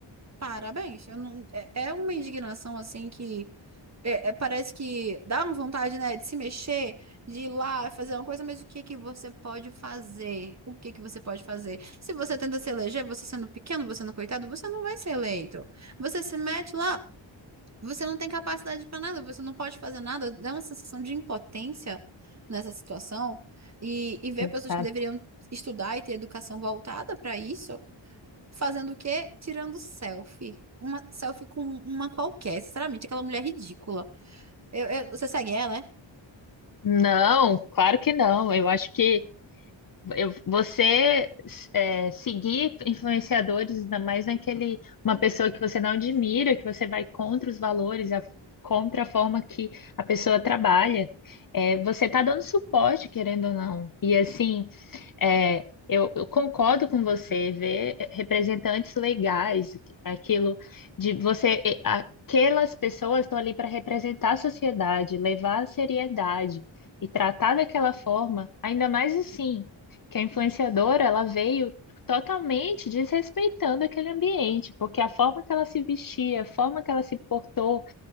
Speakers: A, on the right; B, on the left.
A: Parabéns. Eu não, é, é uma indignação assim que é, é, parece que dá uma vontade, né, de se mexer, de ir lá fazer uma coisa, mas o que que você pode fazer? O que que você pode fazer? Se você tenta se eleger, você sendo pequeno, você sendo coitado, você não vai ser eleito. Você se mete lá, você não tem capacidade para nada, você não pode fazer nada, dá uma sensação de impotência nessa situação. E, e ver
B: Exato.
A: pessoas que deveriam estudar e ter educação voltada para isso, fazendo o quê? Tirando selfie. Uma selfie com uma qualquer, sinceramente, aquela mulher ridícula. Eu, eu- você segue ela, é?
B: Não, claro que não. Eu acho que Eu, você é, seguir influenciadores, ainda mais naquele, uma pessoa que você não admira, que você vai contra os valores, a- contra a forma que a pessoa trabalha, é, você está dando suporte, querendo ou não. E assim, é, eu, eu concordo com você, ver representantes legais, aquilo de você, e- aquelas pessoas estão ali para representar a sociedade, levar a seriedade e tratar daquela forma, ainda mais assim que a influenciadora ela veio totalmente desrespeitando aquele ambiente, porque a forma que ela se vestia, a forma que ela se portou,